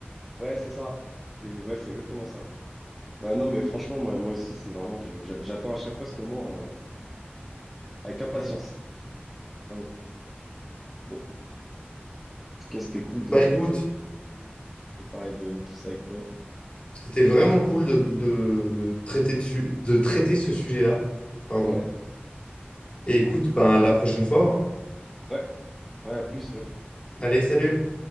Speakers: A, in the centre; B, on the left.
A: ouais, c'est ça. C'est, ouais, c'est exactement ça. Ouais, non, mais franchement, moi, moi aussi, c'est vraiment, je- j'attends à chaque fois ce moment euh, avec impatience.
B: Mm.
A: Vraiment. Bon. tout cas, c'était cool de,
B: Bah écoute,
A: de parler de tout ça avec toi.
B: C'était vraiment cool de, de- de traiter dessus- de traiter ce sujet-là. Pardon.
A: Ouais,
B: Et écoute, ben, à la prochaine fois. hein.
A: ouais, ouais, à plus, ouais. Salut.
B: Allez, salut!